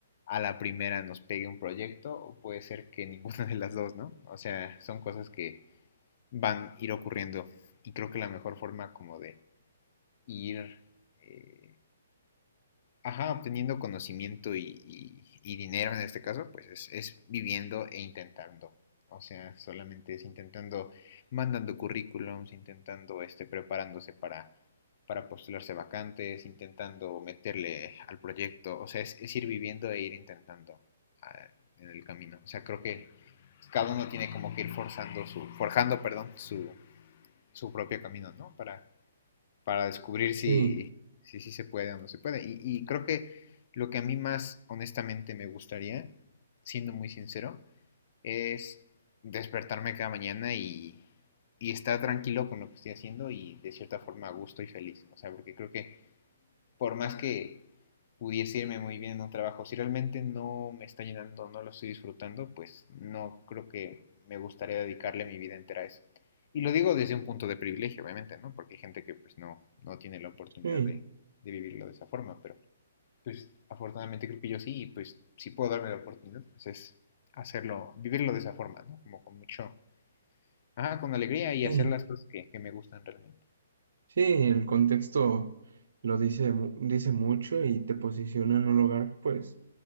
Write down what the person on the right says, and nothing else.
sí,
sí,
sí.
Sí, el contexto lo dice, mu- dice mucho y te posiciona en un lugar, pues,